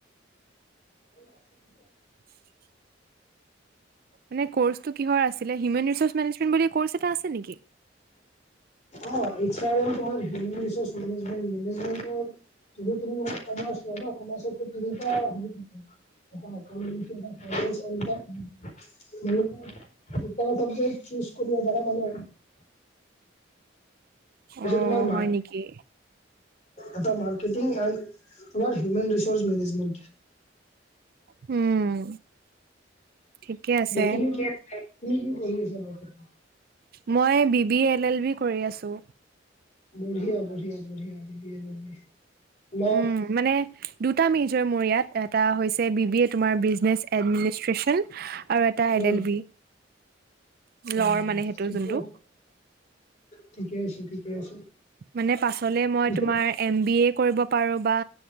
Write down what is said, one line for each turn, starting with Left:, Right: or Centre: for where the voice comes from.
Left: <unintelligible>
Right: <inaudible> মানে কৰ্চটো কিহৰ আছিলে হিউমেন ৰিচৰ্চ মেনেজমেণ বুলি কৰ্ছ এটা আছে নেকি?
Left: অঁ এইচ আৰ এল পঢ়া নি? হিউমেন ৰিচাৰ্চ মেনেজমেন মেনেজমেণ্টৰ। যদি তুমি মোক কমাৰ্চ লোৱা ন কমাচতটো তিনিটা- <unintelligible> দুটা চাব্জেকট চুজ কৰিব পাৰা মানে। পিছে
Right: অ'
Left: তোমাৰ মাক-
Right: হয় নেকি?
Left: এটা মাৰ্কেটিং এণ্ড আমাৰ হিউমেন ৰিচাৰচ মেনেজমেন্ট।
Right: হুম। ঠিকে আছে।
Left: তুমি কি তুমি কি পঢ়ি আছা বৰ্তমান?
Right: মই B B L L B কৰি আছো।
Left: বঢ়িয়া বঢ়িয়া বঢ়িয়া দিবি যদি। মক-
Right: উম, মানে দুটা মেজৰ মোৰ ইয়াত এটা হৈছে বি বি এ তোমাৰ বিজনেছ এডমিনিষ্ট্ৰেশ্যন আৰু এটা এল
Left: উম
Right: এল বি
Left: অ
Right: লৰ মানে সেইটো
Left: ঠিকে
Right: যোনটো।
Left: আছে ঠিকে আছে ঠিকে আছে।
Right: মানে পাছলে মই
Left: পিছত
Right: তোমাৰ এম বি এ কৰিব পাৰো বা